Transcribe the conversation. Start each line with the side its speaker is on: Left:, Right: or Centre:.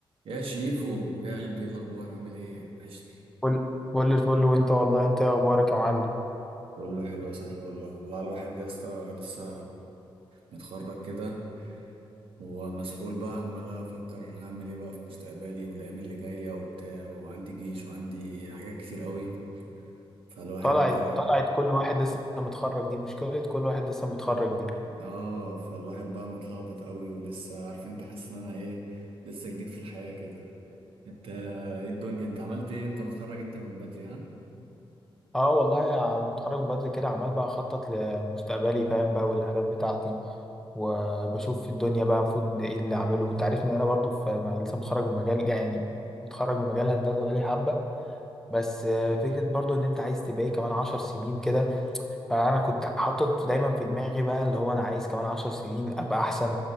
Right: يا شيفو يا قلبي ايه الاخبار عامل ايه وحشني
Centre: كل كل الفل وانت والله انت ايه اخبارك يا معلم
Right: بقول له حلو يا صاحبي والله والله الواحد يا اسطى لسه متخرج كده ومسحول بقى عمال افكر هعمل ايه بقى في مستقبلي والايام اللي جايه وبتاع وعندي جيش وعندي حاجات كتير قوي فالواحد
Centre: طلعت طلعت كل واحد لسه متخرج دي مشكلة كل واحد لسه متخرج دي
Right: اه فالواحد بقى متلخبط قوي ولسه عارف انت حاسس ان انا ايه لسه جديد في الحياه كده انت ايه الدنيا انت عملت ايه انت متخرج انت من بدري ها
Centre: اه والله يا متخرج من بدري كده عمال بقى اخطط لمستقبلي فاهم بقى والاهداف بتاعتي وبشوف في الدنيا بقى المفروض ايه اللي اعمله انت عارفني ان انا برضو في م- لسه متخرج من مجال يعني متخرج من مجال هندسة بقالي حبة بس آه، فكرة برضو ان انت عايز تبقى ايه كمان عشر سنين كده فأنا كنت حاطط دايما في دماغي بقى اللي هو أنا عايز كمان عشر سنين أبقى أحسن